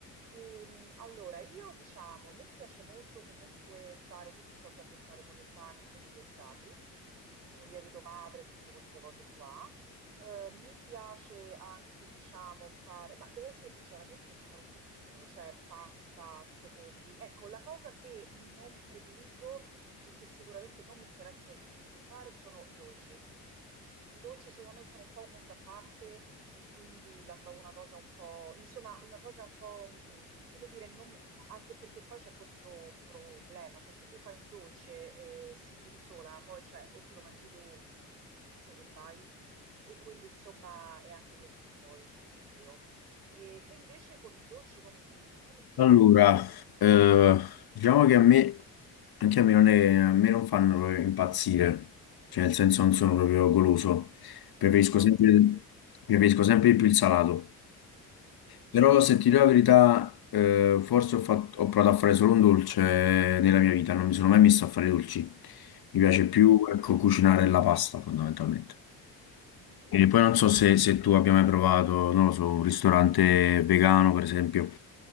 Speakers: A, on the right; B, on the left.
A: Ehm, allora, io diciamo, a me piace molto comunque fare tutto ciò che ha a che fare con il pane e con i lievitati, con il lievito madre e tutte queste cose qua. Eh, mi piace anche, diciamo, fare, ma devo essere sincera, a me piace fare un po' tutto, cioè pasta, secondi. Ecco, la cosa che non prediligo e che sicuramente non mi interessa sviluppare sono i dolci. I dolci secondo me sono un po' un mondo a parte e quindi la trovo una cosa un po', insomma, una cosa un po', mh, come dire, non- anche perché poi c'è questo problema, cioè se tu fai un dolce e se vivi sola, poi cioè, o te lo mangi tu o poi che fai? E quindi insomma è anche questo un po' il motivo. E te invece con i dolci come ti, come ti
B: Allora,
A: orienti?
B: eh, diciamo che a me, anche a me non, è- a me non fanno proprio impazzire, cioè nel senso non sono proprio goloso, preferisco
A: Ah,
B: sempre,
A: ok, ok, Ah, già questo.
B: preferisco sempre
A: mm.
B: di più il salato.
A: Mhm,
B: Però se ti dico la verità, eh, forse ho fatto- ho provato a fare solo un dolce nella mia vita, non mi sono mai messo a fare dolci. Mi piace
A: mhm,
B: più, ecco, cucinare la pasta fondamentalmente.
A: mhm, mhm,
B: E
A: mhm.
B: poi non so se, se tu abbia mai provato, non lo so, un ristorante vegano, per esempio.